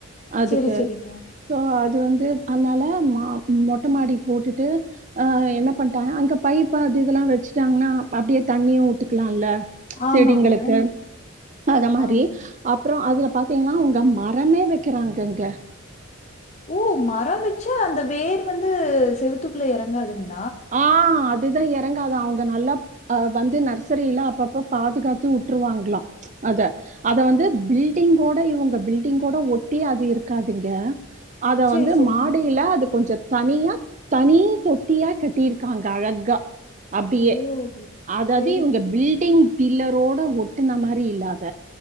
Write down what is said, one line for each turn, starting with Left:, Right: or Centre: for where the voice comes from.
Right: அதுக்கு
Left: சரி, சரிங்க.
Right: சோ அ அது வந்து அதனால மா மொட்டை மாடி போட்டுட்டு ஹ என்ன பண்ணாங்க அங்க பைப்பு அது இதெல்லாம் வச்சுட்டாங்க அப் அப்டியே தண்ணி ஊட்டுக்கலாம்ல
Left: ஆமாங்க,
Right: செடிங்களுக்கு அத மாரி
Left: ஆமாங்க.
Right: அப்பறம் அதுல பாத்தீங்கன்னா உங்க மரமே வைக்கிறாங்க இங்க
Left: ஓ மரம் வச்சா அந்த வேர் வந்து செவுத்துக்குல இறங்காதுங்க
Right: ஆ அ அதுதான் இறங்கது அவங்க நல்லாஹ வந்து நர்சரியில அப்பப்ப பாதுகாத்து வுட்டுருவாங்களாம் அத அத வந்து பில்டிங்கோட இவங்க பில்டிங்கோட ஒட்டி அது இருக்காதீங்க அத
Left: சரி,
Right: வந்து
Left: சரிங்க.
Right: மாடியில அது கொஞ்சம் தனியா தனி தொட்டியா கட் டிருக்காங்க இருக்காங்க அழகா அப்டியே
Left: ஓ!
Right: அதாவது
Left: சரி,
Right: இவங்க
Left: சரி.
Right: பில்டிங் பில்லர் ரோட ஒட்டுன மாரி இல்லாத